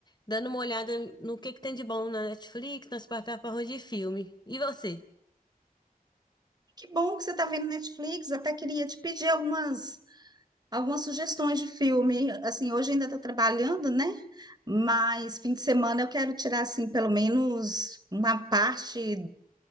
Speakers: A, on the left (about 30°); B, on the right (about 25°).
A: dando uma olhada no que que tem de bom na Netflix, nas plataformas de filme. E você?
B: Que bom que você está vendo Netflix, até queria te pedir algumas algumas sugestões de filme. Assim, hoje ainda tô trabalhando, né? Mas fim de semana eu quero tirar assim pelo menos uma parte